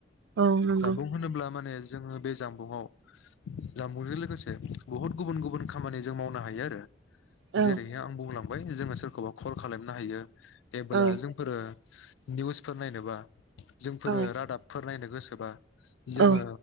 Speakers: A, on the right; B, on the left.
A: औ नंगौ
B: जामबुं होनोब्ला माने जोङो बे जाम बुङाव जामबुंजों लोगोसे बुहुद गुबुन गुबुन खामानि जों मावनो हायो आरो
A: औ
B: जेरैहाय आं बुंलां बाय जोङो सोरखौबा कल खालामनो हायो जेबोब्ला
A: औ
B: जोंफोरो निउसफोर नायनोबा जोंफोरो
A: औ
B: रादाबफोर नायनो गोसोबा जोङो
A: औ